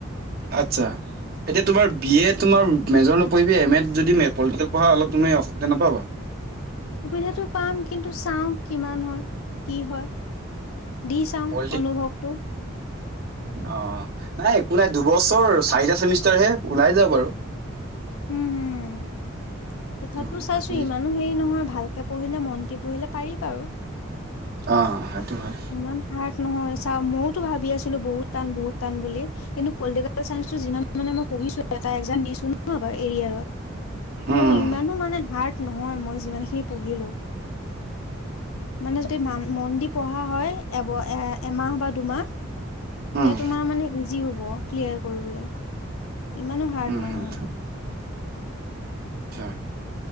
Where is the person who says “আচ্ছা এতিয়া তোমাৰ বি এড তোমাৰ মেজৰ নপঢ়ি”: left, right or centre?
Right